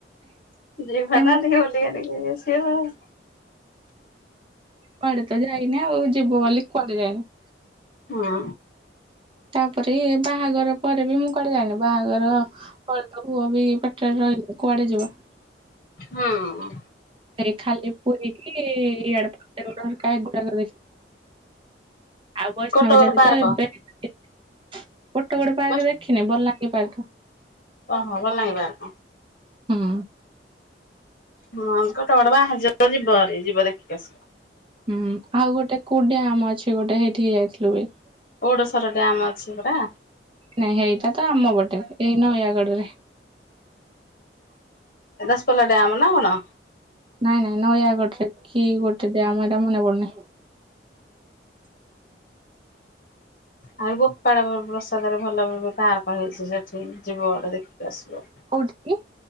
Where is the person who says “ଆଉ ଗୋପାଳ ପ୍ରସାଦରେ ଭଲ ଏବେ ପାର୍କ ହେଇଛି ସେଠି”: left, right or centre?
Left